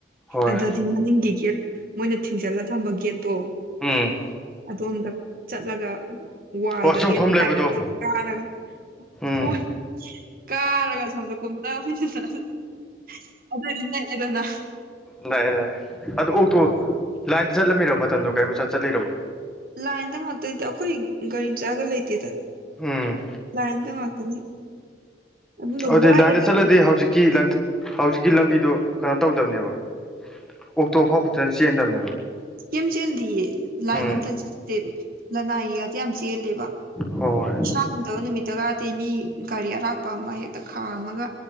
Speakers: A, in the centre; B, on the right (about 55°).
A: ꯍꯣꯏ
B: ꯑꯗꯗꯤ ꯃꯅꯤꯡꯒꯤ ꯒꯦꯠ ꯃꯣꯏꯅ ꯊꯤꯡꯖꯤꯜꯂ ꯊꯝꯕ ꯒꯦꯠꯇꯣ
A: ꯎꯝ
B: ꯑꯗꯣꯝꯗ ꯆꯠꯂꯒ ꯋꯥꯜꯒ
A: ꯑꯣ ꯆꯣꯡꯐꯝ
B: ꯒꯦꯠꯀ
A: ꯂꯩꯕꯗꯣ
B: ꯇꯥꯏꯅꯕꯗ ꯀꯥꯔꯒ
A: ꯎꯝ
B: ꯍꯣꯏ ꯀꯥꯔꯒ ꯁꯣꯝꯗ ꯀꯨꯝꯊ <inaudible> ꯑꯗꯨꯗꯤ ꯅꯛꯑꯦꯗꯅ
A: ꯅꯛꯑꯦ ꯅꯛꯑꯦ ꯑꯗꯨ ꯑꯣꯛꯇꯣ ꯂꯥꯏꯟꯗ ꯆꯠꯂꯝꯃꯤꯔꯕ ꯃꯇꯝꯗꯨ ꯒꯥꯔꯤ ꯃꯆꯥ ꯆꯠꯂꯤꯔꯕ
B: ꯂꯥꯏꯟꯗ ꯉꯥꯛꯇ ꯅꯤꯗ ꯑꯩꯈꯣꯏ ꯒꯥꯔꯤ ꯃꯆꯥꯒ ꯂꯩꯇꯦꯗ
A: ꯎꯝ
B: ꯂꯥꯏꯟꯗ ꯉꯥꯛꯇꯅꯤ ꯑꯗꯨꯅ
A: ꯑꯗꯨꯗꯤ
B: ꯋꯥꯏ
A: ꯂꯥꯏꯟꯗ
B: ꯍꯥꯢꯕ
A: ꯆꯠꯂꯗꯤ ꯍꯧꯖꯤꯛꯀꯤ ꯂꯥꯡ ꯍꯧꯖꯤꯛꯀꯤ ꯂꯝꯕꯤꯗꯣ ꯀꯩꯅꯣ ꯇꯧꯗꯕꯅꯦꯕ ꯑꯣꯛꯇꯣ ꯐꯥꯎ ꯐꯖꯅ ꯆꯦꯟꯗꯕꯅꯦꯕ
B: ꯀꯦꯝ ꯆꯦꯟꯗꯤꯌꯦ ꯂꯥꯏꯟ
A: ꯎꯝ
B: ꯑꯝꯇ ꯆꯠꯇꯦ ꯂꯅꯥꯏꯒꯗꯤ ꯌꯥꯝ ꯆꯦꯜꯂꯦꯕ
A: ꯍꯣꯏ ꯍꯣꯏ
B: ꯏꯁꯥ ꯉꯝꯗꯕ ꯅꯨꯃꯤꯠꯇꯒ ꯇꯤ ꯃꯤ ꯒꯥꯔꯤ ꯑꯔꯥꯛꯄ ꯑꯃ ꯍꯦꯛꯇ ꯈꯥꯝꯔꯒ